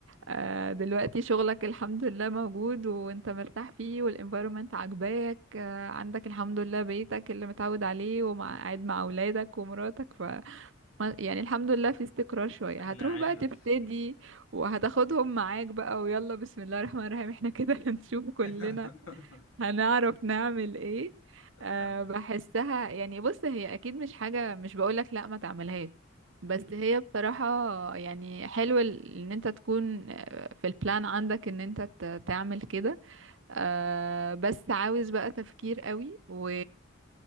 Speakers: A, on the right; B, on the left.
A: آه، دلوقتي شغلك الحمد لله موجود وانت مرتاح فيه والانفايرومنت عاجباك آه، عندك الحمد لله بيتك اللي متعود عليه ومع قاعد مع اولادك ومراتك ف ما- يعني الحمد لله في استقرار شوية
B: انا
A: هتروح
B: عارف
A: بقى تبتدي وهتاخدهم معاك بقى ويلا بسم الله الرحمن الرحيم احنا كده <laughs> هنشوف كلنا
B: <laughs>
A: هنعرف نعمل ايه أه
B: فاهمك
A: بحسها يعني بص هي اكيد مش حاجة مش بقولك لا ما تعملهاش بس هي بصراحة يعني حلو ال- ان انت تكون آه، في البلان عندك ان انت ت- تعمل كده آه بس عاوز بقى تفكير قوي و